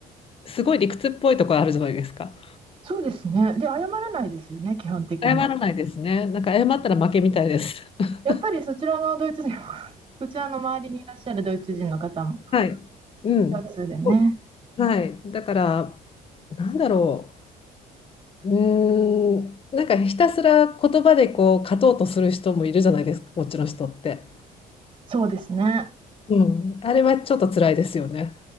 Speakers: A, on the left; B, on the right.
A: すごい理屈っぽいところあるじゃないですか。
B: そうですね。で、謝らないですよね、基本的に。
A: 謝らないですね。なんか謝ったら負けみたいです。<laughs>
B: やっぱりそちらのドイツ人も <laughs> そちらの周りにいらっしゃるドイツ人の方も
A: はい。うん。
B: 共通でね。
A: そうはい。だから、なんだろう。うーん、なんかひたすら言葉でこう勝とうとする人もいるじゃないですか、こっちの人って。
B: そうですね。
A: うん。あれはちょっと辛いですよね。